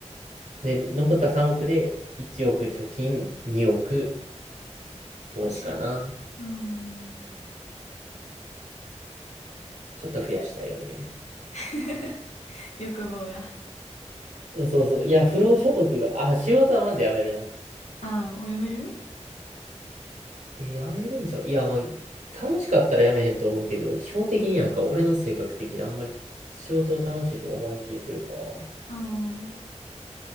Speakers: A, on the right (about 85°); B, on the left (about 65°).
A: で、残った3億で1億貯金、2億投資かな。
B: 欲しい。うん。
A: ちょっと増やしたいよね。
B: <laughs> 欲望が。
A: うんそうそう。いや、不労所得が、あ、仕事はまずやめるな。
B: ああ、お読める
A: え、やめるんちゃういや、まあ、楽しかったらやめへんと思うけど、基本的になんか俺の性格的にあんまり仕事を楽しいと思わん気するから。
B: うん。
A: い
B: うん。